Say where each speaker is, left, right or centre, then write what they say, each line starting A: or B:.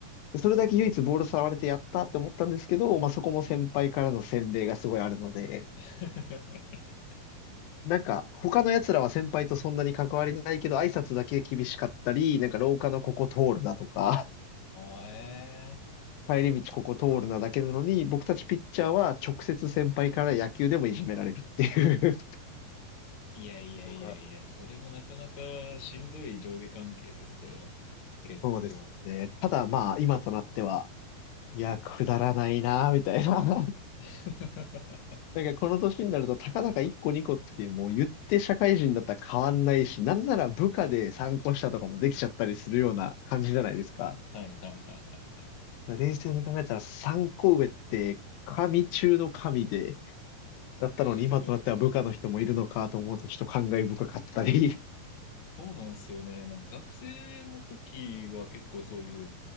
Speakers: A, on the left (about 85°); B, on the left (about 60°).
A: でそれだけ唯一ボール触れてやったって思ったんですけど、まあ、そこも先輩からの洗礼がすごいあるので、
B: <laughs>
A: なんか、他の奴らは先輩とそんなに関わりないけど、挨拶だけ厳しかったり、なんか廊下のここ通るなとか、
B: ああ、ええ
A: 帰り道ここ通るなだけなのに、僕たちピッチャーは直接先輩から野球でもいじめられるっていう
B: いやいやいやいや、
A: <laughs> のが
B: それもなかなかしんどい上下関係ですよ。結構。
A: そうですね。ただまあ、今となっては、いや、くだらないな、みたいな。<laughs>
B: <laughs>
A: なんかこの年になると、たかだか1個2個ってもう言って社会人だったら変わんないし、なんなら部下で参考したとかもできちゃったりするような感じじゃないですか。
B: はいはいはいはい。
A: 冷静に考えたら参考上って神中の神で、だったのに今となっては部下の人もいるのかと思うとちょっと感慨深かったり
B: <laughs> そうなんですよね。なんか学生の時は結構そういう